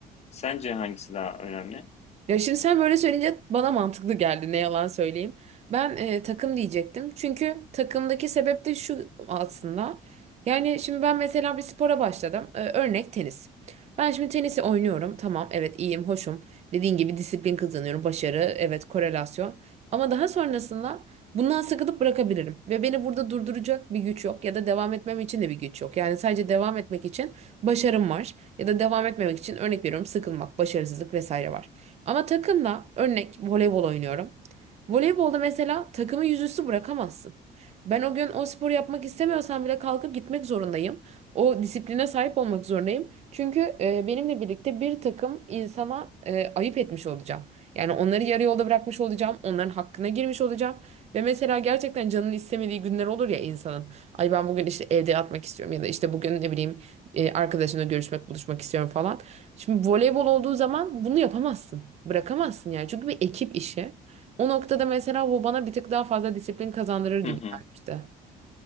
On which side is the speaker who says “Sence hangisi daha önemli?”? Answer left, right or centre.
Left